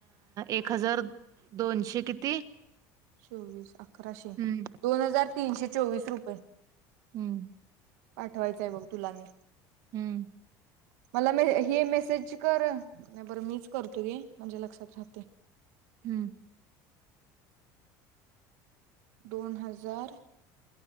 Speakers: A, on the right (about 45°); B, on the right (about 85°).
A: एक हजार दोनशे किती
B: चोवीस अकराशे
A: हं.
B: दोन हजार तीनशे चोवीस रुपये
A: हम्म
B: पाठवायचंय बघ तुला मी
A: हम्म
B: मला म हे मेसेज कर नाही बरं मीच करतो घे म्हणजे लक्षात राहतय
A: हम्म
B: दोन हजार